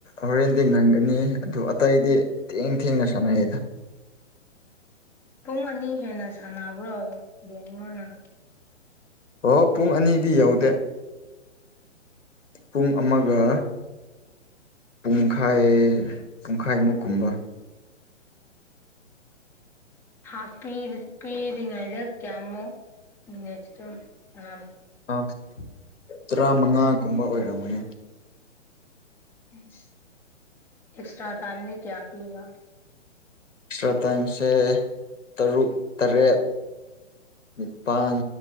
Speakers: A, on the left (about 80°); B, in the centre.
A: ꯍꯣꯔꯦꯟꯗꯤ ꯉꯟꯒꯅꯤ ꯑꯗꯨ ꯑꯇꯩꯗꯤ ꯊꯦꯡ ꯊꯦꯡꯅ ꯁꯥꯟꯅꯩꯗꯥ
B: ꯄꯨꯡ ꯑꯅꯤ ꯍꯦꯟꯅ ꯁꯥꯟꯅꯕ꯭ꯔꯣ ꯒꯦꯝ ꯑꯃꯅ
A: ꯑꯣ ꯄꯨꯡ ꯑꯅꯤꯗꯤ ꯌꯧꯗꯦ ꯄꯨꯡ ꯑꯃꯒ ꯄꯨꯡꯈꯥꯏ ꯄꯨꯡꯈꯥꯏꯃꯨꯛ ꯀꯨꯝꯕ
B: ꯍꯤꯞ ꯄꯤ ꯄꯤꯔꯤꯉꯩꯗ ꯀꯌꯥꯃꯨꯛ ꯃꯤꯅꯤꯠꯇꯣ ꯁꯥꯅ
A: ꯑꯥ ꯇꯔꯥꯃꯉꯥꯒꯨꯝꯕ ꯑꯣꯏꯔꯝꯒꯅꯤ
B: ꯏꯁ ꯑꯦꯛꯁꯇ꯭ꯔꯥ ꯇꯥꯏꯝꯗꯤ ꯀꯌꯥ ꯄꯤꯕ
A: ꯑꯦꯛꯁꯇ꯭ꯔꯥ ꯇꯥꯏꯝꯁꯦ ꯇꯔꯨꯛ ꯇꯔꯦꯠ ꯅꯤꯄꯥꯟ